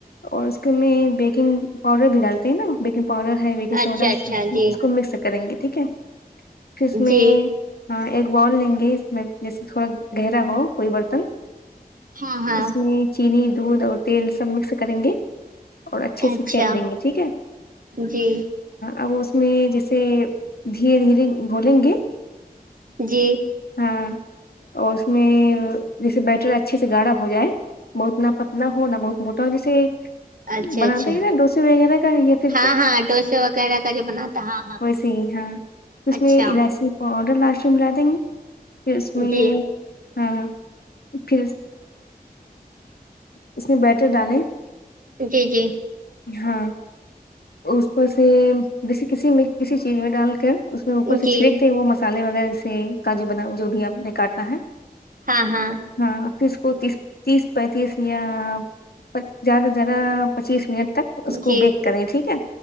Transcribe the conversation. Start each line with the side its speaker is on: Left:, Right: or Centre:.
Left: اور اس کے میں بیکنگ پاؤڈر بھی ڈالتے ہیں نا بیکنگ پاؤڈر ہے بیکنگ
Right: اچھا
Left: سوڈا
Right: اچھا جی
Left: اس کو مکس کریں گے ٹھیک ہے پھر اس میں
Right: جی
Left: ایک بال لیں گے اس میں جیسے تھوڑا گہرا ہو کوئی برتن
Right: ہاں ہاں
Left: اس میں چینی دودھ اور تیل سب مکس کریں گے اور اچھے
Right: اچھا
Left: سے پھینک دیں گے ٹھیک ہے
Right: جی
Left: اب اس میں جیسے دھیرے دھیرے بولیں گے
Right: جی
Left: ہاں اور اس میں جیسے بیٹری اچھے سے گاڑا ہو جائے بہت نہا پتلا ہو نہ بہت مو جسے
Right: اچھا
Left: بناتا
Right: اچھا
Left: ہے نا ڈوسیے وغیرہ کا یا پھر
Right: ہاں ہاں ڈوسے وغیرہ کا جو بناتا ہاں ہاں
Left: ویسے ہی ہاں اس
Right: اچھا
Left: میں الائچی آڈر لاس میں ملا دیں گے پھر اس میں
Right: جی
Left: ہاں پھر اس میں بیٹ ڈالیں
Right: جی جی
Left: ہاں اسپر سے جسی کسی میں کسی چیز میں ڈال کر اس میں اوپر سے
Right: جی
Left: چھینک دیں وہ مس مصالے وغیرہ سے کا جو بنا جو بھی آپ نے کاٹنا ہے
Right: ہاں ہاں
Left: ہاں پ اس کو تیس تیس پینتیس یا پ زیادہ سے زیادہ پچیس منٹ تک اس کو
Right: جی
Left: بیک کریں ٹھیک ہے